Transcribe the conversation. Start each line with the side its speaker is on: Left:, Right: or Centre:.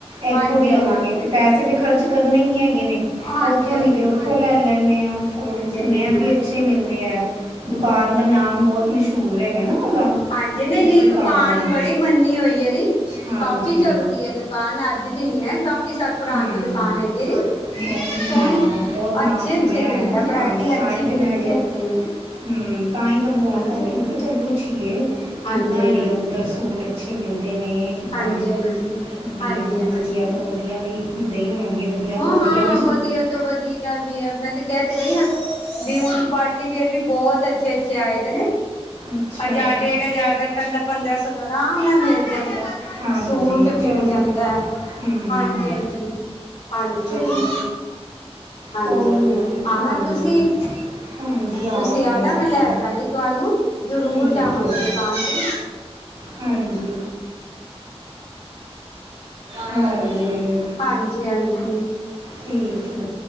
Right: ਇੱਥੋਂ
Left: ਹਾਂਜੀ
Right: ਵੀ
Left: ਹਾਂਜੀ
Right: ਲਵਾਂਗੇ
Left: ਹਾਂਜੀ
Right: ਤੇ ਪੈਸੇ ਪੈਸੇ ਤੇ ਖਰਚ ਕਰਨੇ ਹੀ ਹੈ। ਗਏ ਨੇ,
Left: ਹਾਂਜੀ
Right: ਉੱਥੋਂ
Left: ਹਾਂਜੀ
Right: ਨੀ ਤੇ ਉੱਥੋਂ ਲੈ ਲੈਨੇ ਆ ਸੁਣਿਆ
Left: ਹਾਂਜੀ
Right: ਵੀ ਅੱਛੇ ਨੇ, ਹੁੰਦੇ ਹੈ, ਦੁਕਾਨ ਦਾ ਨਾਮ ਬਹੁਤ ਮਸ਼ਹੂਰ ਹੈਗਾ। ਉਹਦਾ
Left: ਹਾਂਜੀ, ਨਹੀਂ-ਨਹੀਂ
Right: ਉਸ
Left: ਦੁਕਾਨ
Right: ਦਾ
Left: ਬੜੀ ਮੰਨੀ ਹੋਈ ਹੈ,
Right: ਹਾਂਜੀ
Left: ਕਾਫ਼ੀ ਚਲਦੀ ਹੈ, ਦੁਕਾਨ ਅੱਜ ਦੀ ਨੀ ਹੈ ਕਾਫੀ ਸਾਲ ਪੁਰਾਣੀ
Right: ਹੂੰ
Left: ਦੁਕਾਨ ਹੈਗੀ।
Right: ਉਹੀ
Left: ਸੋਹਣੀ
Right: ਹਾਂ ਬਹੁਤ ਨਾਮ
Left: ਅੱਛੇ-ਅੱਛੇ,
Right: ਸੁਣਿਆ
Left: ਦਿੰਦਾ
Right: ਹੈ ਨਾ ਦੁਕਾਨ
Left: ਵਰਾਇਟੀ
Right: ਦਾ ਤਾਂ
Left: ਅੱਛੀ
Right: ਹੀ
Left: ਮਿਲਦੀ
Right: ਤੇ ਮੈਂ ਕਿਹਾ
Left: ਹੈ ਇੱਥੇ,
Right: ਹੂੰ, ਤਾਂ ਹੀ ਤੁਹਾਨੂੰ ਫ਼ੋਨ
Left: ਹਾਂਜੀ
Right: ਕਰਕੇ
Left: ਹਾਂਜੀ
Right: ਮੈਂ ਕਿਹਾ ਚੱਲ ਪੁੱਛੀਏ ਕਿੱਦਾਂ
Left: ਹਾਂਜੀ ਹਾਂਜੀ
Right: ਨਹੀਂ ਉੱਧਰ ਸੂਟ ਅੱਛੇ ਮਿਲਦੇ। ਨੇ ਕਿੱਦਾਂ
Left: ਹਾਂਜੀ-ਹਾਂਜੀ,
Right: ਵਧੀਆ
Left: ਹਾਂਜੀ-ਹਾਂਜੀ।
Right: ਵਧੀਆ ਤੋਂ ਵਧੀਆ ਵੀ ਹੁੰਦੇ ਹੀ ਹੋਣ ਗੇ ਵਧੀਆ
Left: ਉਹ
Right: ਤੋਂ ਵਧੀਆ
Left: ਹਾਂ
Right: ਵੀ
Left: ਵਧੀਆ ਤੋਂ ਵਧੀਆ ਵੀ ਹੈ ਮੈਂ ਤੇ ਕਹਿ ਤੇ ਰਹੀ ਹਾਂ ਵੀ ਹੁਣ ਪਾਰਟੀ ਵਅਰ ਵੀ ਬਹੁਤ ਅੱਛੇ ਅੱਛੇ ਆਏ ਦੇ ਨੇ
Right: ਅੱਛਾ
Left: ਹਜ਼ਾਰ ਡੇਢ ਹਜ਼ਾਰ ਦਾਕਲਾ ਪੰਦਰਾਂ ਸੌ ਦਾ ਆਰਾਮ ਨਾਲ ਮਿਲ ਜਾਂਦਾ
Right: ਹਾਂਜੀ
Left: ਸੂਟ
Right: ਚਲ
Left: ਮਿਲ ਜਾਂਦਾ
Right: ਹੂੰ
Left: ਹਾਂਜੀ ਹਾਂਜੀ ਹਾਂਜੀ
Right: ਚਲ
Left: ਹਾਂਜੀ ਹਾਂਜੀ
Right: ਕੋਈ
Left: ਹਾਂਜੀ
Right: ਨਹੀਂ
Left: ਆਣਾ
Right: ਹਾਂਜੀ
Left: ਤੁਸੀਂ,
Right: ਹਾਂਜੀ ਆਵਾਂਗੇ
Left: ਤੁਸੀਂ ਆਣਾ
Right: ਆਵਾਂਗੇ
Left: ਮੈਂ ਲੈ ਜਾਗੇ ਤੁਹਾਨੂੰ ਜ਼ਰੂਰ
Right: ਠੀਕ
Left: ਜਾਵਾਂਗੇ
Right: ਹੈ
Left: ਦੁਕਾਨ 'ਤੇ
Right: ਹਾਂਜੀ ਹਾਂਜੀ
Left: ਹਾਂਜੀ-ਹਾਂਜੀ।
Right: ਠੀਕ ਕਿ